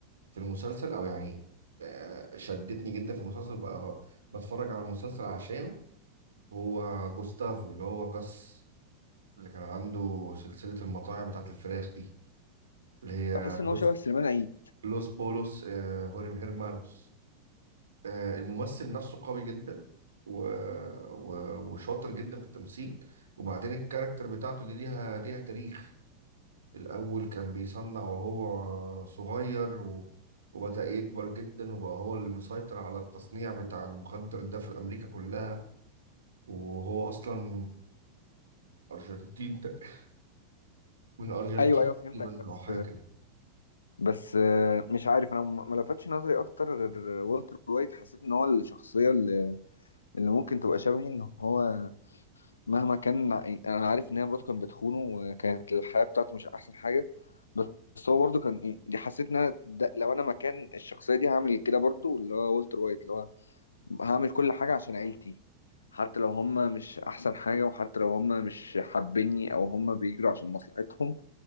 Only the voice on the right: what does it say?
في المسلسل او يعني آه، شدتني جدا في المسلسل بقى هو بتفرج على المسلسل عشانه هو جوستافو اللي هو جاس اللي كان عنده سلسلة المطاعم بتاعت الفراخ دي اللي هي
لوس
لوس بولوس آه، هوريم هيرمانوس آه، الممثل نفسه قوي جدا و... و... وشاطر جدا في التمثيل وبعدين الكاركتر بتاعته دي ليها ليها تاريخ الأول كان بيصنع وهو صغير و... وبدأ يكبر جدا وبقى هو اللي مسيطر على التصنيع بتاع المخدر ده في أمريكا كلها وهو أصلا أرجنتين تق- من الأرجنتين
تقريبا
أو حاجة كده